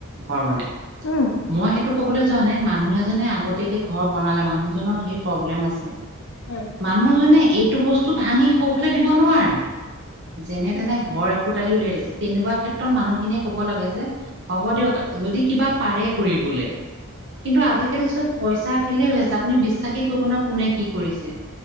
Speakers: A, on the right (about 55°); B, on the left (about 80°).
A: ঘৰ বনাই,
B: উম
A: মই সেইটো কবলৈ যোৱা নাই। মানুহ এজনে আগতীয়াকে ঘৰ বনালে মানুহজনৰ ধেৰ প্ৰব্লেম আছে।
B: উম
A: মানুহজনে এইটো বস্তু ভাঙি সৌফালে দিব নোৱাৰে, যেনে-তেনে
B: অ
A: ঘৰ এখোটালি উলিয়াই থৈছে। তেনেকুৱা ক্ষেত্ৰত মানুহখিনিয়ে কব লাগে যে হ'ব দিয়ক যদি কিবা পাৰে কৰিবলে কিন্তু আজিকালি চব পইচা খেলেই হৈ আছে, আপুনি বিশ্বাসেই কৰিব নোৱাৰ কোনে কি কৰিছে।